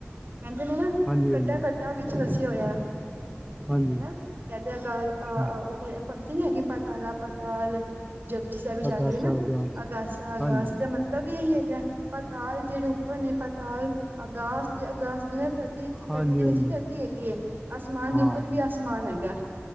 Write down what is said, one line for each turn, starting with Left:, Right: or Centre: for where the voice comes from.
Right: ਕਹਿੰਦੇ ਨੇ ਨਾ
Centre: ਹਾਂਜੀ
Right: ਕੱਟਾ
Centre: ਹਾਂਜੀ
Right: - ਕੱਟੇਆਂ ਵਿੱਚ ਵਸਿਆ ਹੋਇਆ।
Centre: ਹਾਂਜੀ
Right: ਹਨਾ ਕਹਿੰਦੇ ਅਕਾਲ।
Centre: ਹਾਂਜੀ
Right: ਪੰਕਤੀ ਨੀ ਹੈਗੀ ਪਾਤਾਲਾ ਪਾਤਾਲ ਜਪੁਜੀ ਸਾਹਿਬ ਵਿਚ
Centre: ਅਰਦਾਸ
Right: ਆਂਦੀ ਹੈ ਨਾ
Centre: ਸਾਹਿਬ ਅਰਦਾਸ
Right: ਅਗਾਸਾ ਅਗਾਸ
Centre: ਹਾਂਜੀ
Right: ਦਾ ਮਤਲਬ। ਮਤਲਬ ਇਹੀ ਹੈਗਾ ਪਤਾਲ ਜਿਹੜੇ ਉੱਪਰ ਨੇ ਪਤਾਲ ਅਗਾਸ ਤੇ ਅਗਾਸ। ਧਰਤੀ
Centre: ਹਾਂਜੀ
Right: ਤੇ ਨੀਚੇ
Centre: ਹਾਂਜੀ
Right: ਧਰਤੀ ਹੈਗੀ ਹੈ ਆਸਮਾਨ ਦੇ
Centre: ਹਾਂ
Right: ਉੱਪਰ ਵੀ ਆਸਮਾਨ ਹੈਗਾ।